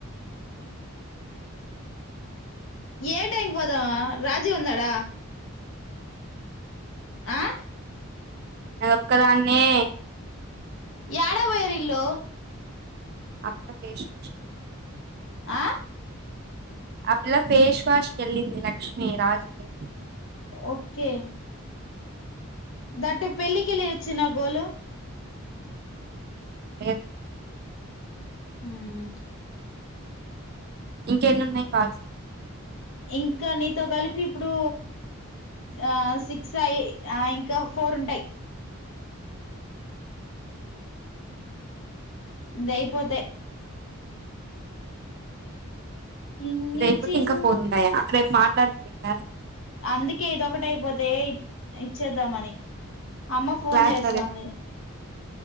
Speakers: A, on the left; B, on the right.
A: ఏ టైంకి పోదాం రాజీవ్ ఉండాడ ఆ
B: నే ఒక్కదాన్నే
A: యాడ వోయిరిల్లూ
B: అక్క ఫేష్ వాష్
A: ఆ
B: అప్పిల్లా ఫేస్ వాష్ కెళ్ళింది లక్ష్మి రాజిది
A: ఓకే దట్టు పెళ్ళకెళ్లి ఇచ్చిన్నా గోలు
B: లేద్
A: హ్మ్
B: ఇంకెన్ని ఉన్నయ్ కాల్స్
A: ఇంకా నీతో గలిపి ఇప్పుడు ఆ సిక్స్ అయి ఆ ఇంకా ఫోర్ ఉంటయ్ ఇదైయిపోతే చిన్ని
B: ఇది అయిపోతే
A: చిన్
B: ఇంకా ఫోర్ ఉంటాయా రేపు మా ట్లాడుదు లెక్క
A: అందుకే ఇదొకటి అయిపోతే ఇచ్చేద్దామని అమ్మ ఫోన్
B: క్లాస్
A: చేస్తాంది
B: లో